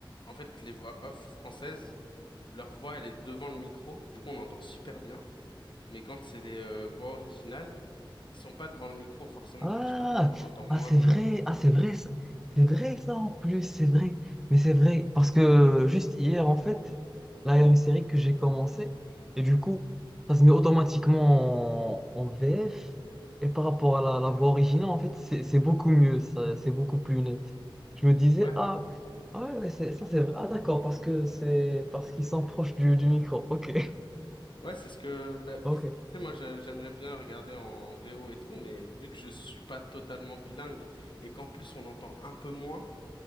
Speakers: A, on the left; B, in the centre.
A: en fait, les voix off françaises, leur voix, elle est devant le micro, du coup, on entend super bien, mais quand c'est les euh, voix originales, ils sont pas devant le micro forcément
B: Ah,
A: quand tu parles, donc on entend moins
B: ah c'est
A: bien.
B: vrai, ah c'est vrai, ça- c'est vrai ça en plus, c'est vrai. Mais c'est vrai, parce que juste hier, en fait, là, il y a une série que j'ai commencé, et du coup, ça se met automatiquement en, en VF, et par rapport à la, la voix originale, en fait, c'est c'est beaucoup mieux, ça, c'est beaucoup plus net. Je me disais,
A: Ouais,
B: ah, ah ouais, ouais, c'est- ça c'est vrai, ah d'accord, parce que c'est parce qu'ils sont proches du, du micro, ok, <laughs>
A: ouais, c'est ce que, bah,
B: ok.
A: pff, tu sais, moi, je- j'aimerais bien regarder en VO et tout, mais vu que je suis pas totalement bilingue et qu'en plus on entend un peu moins.